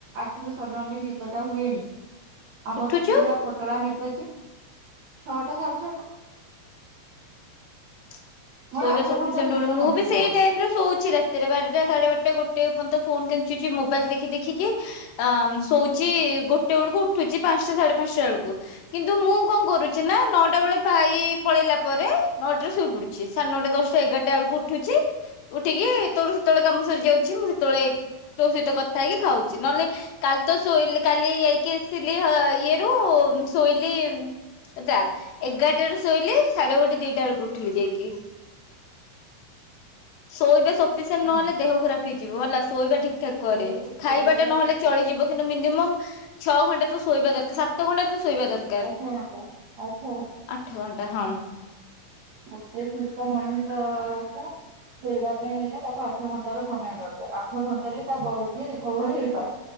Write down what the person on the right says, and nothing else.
ଆଖିରୁ ସଡନଲି ନିଦ ଟା ହୁଏନି। ଆମର
ପୁରା ପତଳା ନିଦ ଯେ, ଛଅଟା ସାଢେ ଛଅଟା।
ମୋର
ଆଠ ଘଣ୍ଟାର ନିଦ
କମ୍ପ୍ଲିଟ
ହଉନି
ହଁ
ମୋର ଶୋଇବା
ସଫିସିଏଣ୍ଟ
ନାହିଁ
ଆଠ ଘଣ୍ଟା ଆଠ ଘଣ୍ଟା।
ଗୋଟେ ସୁସ୍ଥ ମଣିଷ କୁ ଚଳିବା ପାଇଁ ହେଲେ ତାକୁ ଆଠ ଘଣ୍ଟ ର ସମୟ ଦରକାର ଆଠ ଘଣ୍ଟା ରେ ତା ବଡି ରିକଭର ହେଇପାରେ।